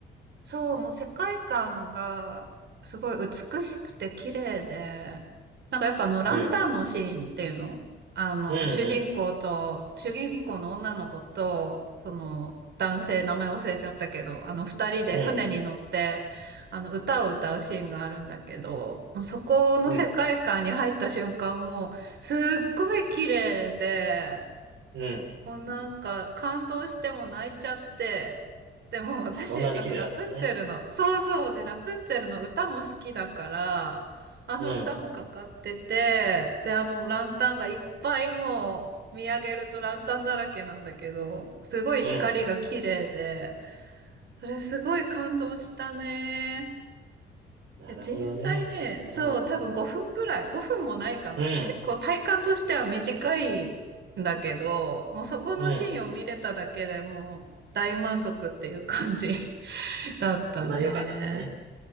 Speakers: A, on the right; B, on the right.
A: そう、もう世界観がすごい美しくて綺麗で、なんかやっぱあのランタンのシーンっていうのあの、
B: うん、うんう
A: 主人公と、主人公の女の子と、その男性、名前忘れちゃったけど、あの二人で船に乗って、
B: ん、うん、
A: あの歌を歌うシーンがあるんだけど、もうそこの世界観に入った瞬間もうすっごい綺麗で、
B: うん。うん。
A: もうなんか感動しても泣いちゃって、でも私、
B: あ、そんなに綺麗だったのね。
A: あのラプンツェルの、そうそうで、ラプンツェルの歌も好きだから、あの歌もかかってて、
B: うん。
A: で、あのランタンがいっぱいもう見上げるとランタンだらけなんだけど、すごい光が綺麗で、
B: うん。
A: それすごい感動したね。
B: なるほどね。
A: いや、実際ね、そう、
B: うん。
A: 多分5分ぐらい、5分もないかな。
B: うん。
A: 結構体感としては短いんだけど、もうそこのシーンを見れただけでもう大満足っていう感じ
B: うん。
A: <laughs> だったね。
B: そんなに良かったんだね。